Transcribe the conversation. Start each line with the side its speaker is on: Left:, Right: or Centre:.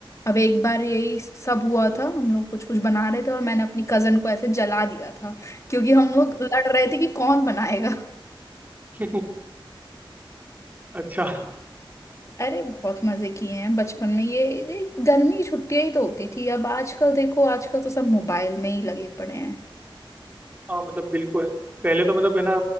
Left: अब एक बार यही सब हुआ था हम लोग कुछ कुछ बना रहे थे और मैंने अपनी कजन को ऐसे जला दिया था क्योंकि हम लोग लड़ रहे थे कि कौन बनाएगा
Right: <laughs> अच्छा
Left: अरे बहुत मजे किए हैं बचपन में ये, ये गर्मी की छुट्टियां ही तो होती थी अब आजकल देखो आजकल तो सब मोबाइल में ही लगे पड़े हैं
Right: हाँ मतलब बिल्कुल पहले तो मतलब है ना